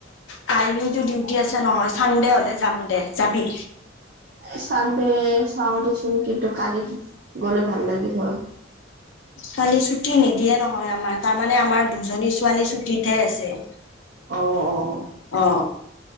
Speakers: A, on the left; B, on the right.
A: কালিতো ডিউটি আছে নহয় চানডে হলে যাম দে যাবি
B: এ, চানডে চাও দিচুন কিন্তু কালি গলে ভাল লাগিল হয়।
A: কালি ছুটি নিদিয়ে নহয় আমাৰ তাৰমানে আমাৰ দুজনী ছোৱালী ছুটীতহে আছে।
B: অ', অ',
A: অ